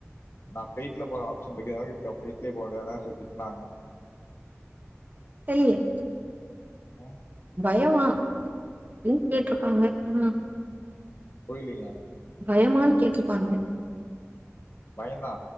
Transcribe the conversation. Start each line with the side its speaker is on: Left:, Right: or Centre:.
Left: நா பிளைட்ல போற ஆப்ஷன் இருக்குட்லயே போது பிளைட்லயே போக வேண்டியது தான திட்னாங்க
Right: <unintelligible>
Left: ஆஹ்
Right: பயமா அப்டின்னு கேட்டிருக்காங்க ஆஹ
Left: புரிலீங்க
Right: பயமானு கேட்டுருப்பாங்க
Left: பயம்தா